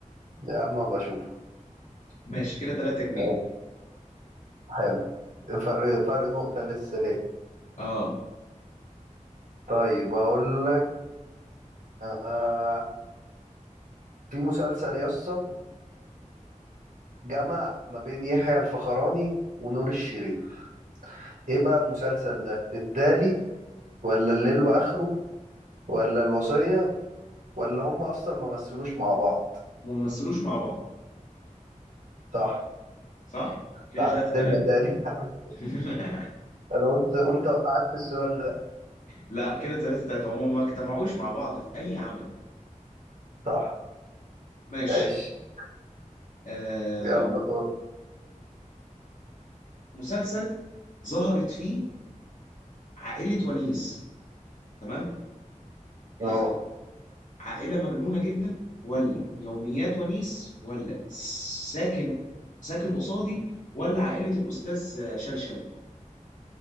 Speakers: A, on the right (about 85°); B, on the left (about 70°).
A: يا عم أبقى أشوفه
B: ماشي كده 3 جنيه
A: آه، حلو فرق فرق نقطة لسه ليه
B: اه
A: طيب أقول لك آه في مسلسل يا اسطى جمع ما بين يحيى الفخراني ونور الشريف إيه بقى المسلسل ده الدالي ولا الليل وآخره ولا الوصية ولا هم أصلا ما مثلوش مع بعض
B: وممثلوش مع بعض
A: صح
B: صح كده
A: تعدلنا
B: 3 3
A: تاني <laughs> يا عم.
B: <laughs>
A: أنا قلت قلت أوقعك في السؤال ده
B: لا كده 3 3 عموما ما اجتمعوش مع بعض في اي عمل
A: صح
B: ماشي
A: ماشي
B: آه
A: يلا دور
B: مسلسل ظهرت فيه عائلة ونيس تمام الاخت...
A: اه
B: عائلة مجنونة جدا ولا يوميات ونيس ولا ساكن ساكن قصادي ولا عائلة الأستاذ شلشل